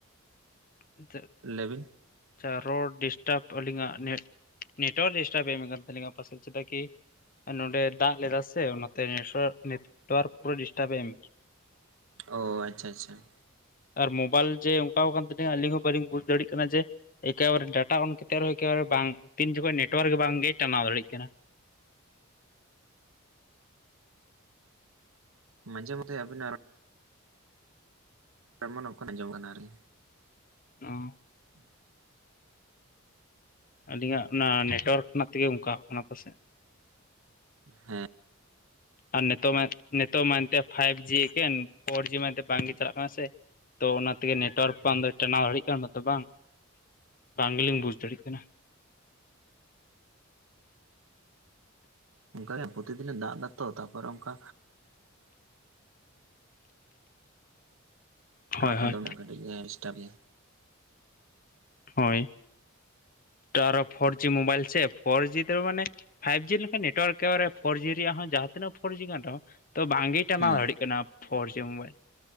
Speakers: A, on the left (about 40°); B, on the right (about 75°).
A: <unintelligible>
B: ᱞᱟᱹᱭᱵᱤᱱ
A: ᱟᱪᱪᱷᱟ ᱨᱳᱲ ᱰᱤᱥᱴᱟᱵ ᱟᱹᱞᱤᱧᱟᱜ ᱱᱮᱴ, ᱱᱮᱴᱳᱣᱟᱨᱠ ᱰᱤᱥᱴᱟᱵ ᱮᱢ ᱠᱟᱱ ᱛᱟᱹᱞᱤᱤᱧᱟ ᱯᱟᱥᱮᱵ ᱪᱮᱫᱟᱜ ᱠᱤ ᱱᱚᱰᱮ ᱫᱟᱜ ᱞᱮᱫᱟ ᱥᱮ ᱚᱱᱟᱛᱮ ᱱᱮᱴᱣᱟᱨᱠ ᱱᱮᱴᱣᱟᱨᱠ ᱯᱩᱨᱟᱹ ᱰᱤᱥᱴᱟᱵ ᱮ <inaudible>
B: ᱚᱻ ᱟᱪᱪᱷᱟ ᱟᱪᱪᱷᱟ ᱾
A: ᱟᱨ ᱢᱳᱵᱟᱭᱤᱞ ᱡᱮ ᱚᱝᱠᱟᱣ ᱠᱟᱱ ᱛᱟᱹᱞᱤᱧᱟ ᱟᱹᱞᱤᱧ ᱦᱚᱸ ᱵᱟᱹᱞᱤᱧ ᱵᱩᱡ ᱫᱟᱲᱮᱜ ᱠᱟᱱᱟ ᱡᱮ ᱮᱠᱮᱵᱟᱨᱮ ᱰᱟᱴᱟ ᱚᱱ ᱠᱟᱛᱮᱫ ᱨᱮᱦᱚᱸ ᱮᱠᱮᱵᱟᱨᱮ ᱵᱟᱝ ᱛᱤᱱ ᱡᱚᱠᱷᱚᱡ ᱱᱮᱴᱳᱣᱟᱨᱠ ᱜᱮ ᱵᱟᱝ ᱜᱮ ᱴᱟᱱᱟᱣ ᱫᱟᱲᱮᱜ ᱠᱟᱱᱟ᱾
B: ᱢᱟᱱᱡᱮ ᱢᱚᱫᱫᱷᱮ ᱟᱵᱮᱱᱟᱜ ᱨᱚᱲ ᱛᱮᱢᱚᱱ ᱚᱠᱷᱚᱱ ᱚᱸᱡᱚᱢ ᱠᱟᱱᱟ ᱟᱨᱠᱤ᱾
A: ᱚ ᱾
B: ᱦᱮᱸ ᱾
A: ᱟᱹᱞᱤᱧᱟᱜ ᱚᱱᱟ ᱱᱮᱴᱚᱣᱟᱨᱠ ᱨᱮᱱᱟᱜ ᱛᱮᱜᱮ ᱚᱱᱠᱟᱟᱜ ᱠᱟᱱᱟ ᱯᱟᱥᱮᱡ᱾
B: ᱦᱮᱸ ᱾
A: ᱟᱨ ᱱᱤᱛᱚᱜ ᱢᱟ ᱱᱤᱛᱚᱜ ᱢᱟ ᱮᱱᱛᱮ ᱯᱷᱟᱭᱤᱵ ᱡᱤ ᱮᱠᱮᱱ ᱯᱷᱳᱨ ᱡᱤ ᱢᱮᱱᱛᱮ ᱵᱟᱝᱜᱮ ᱪᱟᱞᱟᱜ ᱠᱟᱱᱟ ᱥᱮ᱾ ᱛᱚ ᱚᱱᱟ ᱛᱮᱜᱮ ᱱᱮᱴᱚᱣᱟᱨᱠ ᱟᱫᱚ ᱴᱟᱱᱟᱣ ᱫᱟᱲᱮᱭᱟᱜ ᱠᱟᱱᱟᱛᱚ ᱵᱟᱝ ᱵᱟᱝ ᱜᱮᱞᱤᱧ ᱵᱩᱡ ᱫᱟᱲᱮᱭᱟᱜ ᱠᱟᱱᱟ᱾
B: ᱚᱱᱠᱮ ᱯᱨᱚᱛᱤᱫᱤᱱ ᱮ ᱫᱟᱜ ᱫᱟᱛᱚ ᱛᱟᱯᱚᱨᱮ ᱚᱱᱠᱟ
A: ᱦᱳᱭ
B: ᱨᱚᱲ ᱠᱚ
A: ᱦᱳᱭ
B: ᱫᱚᱢᱮ ᱠᱟᱹᱴᱤᱡ ᱮ ᱮᱴᱟᱯ ᱜᱮᱭᱟ᱾
A: ᱦᱳᱭ ᱛᱟᱨ ᱯᱷᱳᱨ ᱡᱤ ᱢᱳᱵᱟᱭᱤᱞ ᱥᱮ ᱯᱷᱳᱨ ᱡᱤ ᱛᱮ ᱢᱟᱱᱮ᱾ ᱯᱷᱟᱭᱤᱵᱷ ᱡᱤ ᱞᱮᱱᱠᱷᱟᱱ ᱱᱮᱴᱳᱣᱟᱨᱠᱵ ᱯᱷᱳᱨ ᱡᱤ ᱨᱮᱭᱟᱜ ᱦᱚᱸᱟᱸ ᱛᱤᱱᱟᱹᱜ ᱯᱷᱳᱨ ᱡᱤ ᱠᱟᱱ ᱨᱮᱦᱚᱸ ᱛᱚ ᱵᱟᱝᱜᱮ ᱴᱟᱱᱟᱣ
B: ᱦᱩᱸ
A: ᱫᱟᱲᱭᱟᱜ ᱠᱟᱱᱟ ᱯᱷᱳᱨ ᱡᱤ ᱢᱳᱵᱟᱭᱤᱞ